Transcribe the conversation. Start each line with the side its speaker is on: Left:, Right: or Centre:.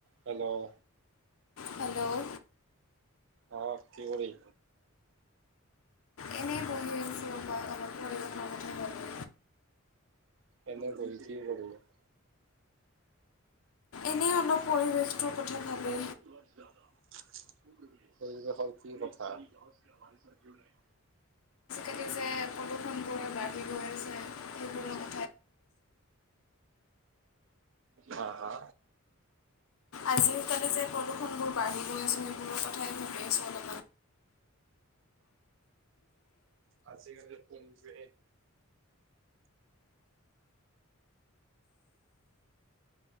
Right: Hello
Left: hello
Right: অ কি কৰি
Left: এনেই
Right: <inaudible>
Left: বহি <unintelligible> কথা ভাবি
Right: <unintelligible>
Left: এনেই অলপ পৰিৱেশটোৰ কথা ভাবি
Right: ইমান কষ্ট ন পৰিৱেশৰ কি কথা?
Left: এই যে প্ৰদূষন বোৰ বাঢ়ি গৈ আছে সেইবোৰ ক-
Right: হা হা
Left: আজিকালি যে প্ৰদূষণবোৰ বাঢ়ি গৈ আছে সেইবোৰৰ কথাই ভাবি আছোঁ অলপ
Right: আজি কালি ফুং যে